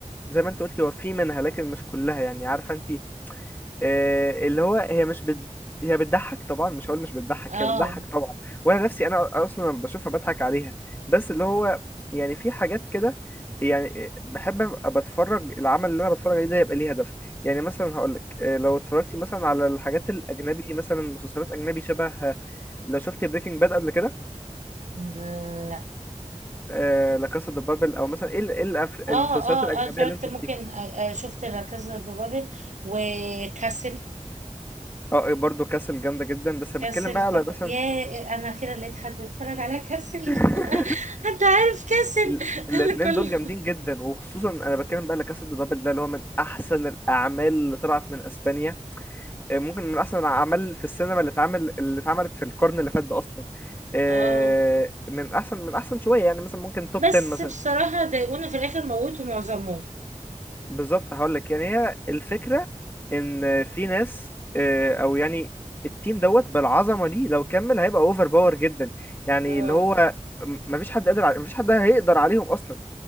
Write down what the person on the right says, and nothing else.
اه
لا
اه
اه
انا اتفرجت
ممكن آه، آه، شفت لا كازا دي بابل وكاسل
كاسل
تف...
يا انا اخيرا لقيت حد اتفرج على كاسل
<laughs> حد عارف كاسل
<laughs>
انا كل
اه
بس
بصراحة ضايقونا في الاخر موتوا معظمهم
اه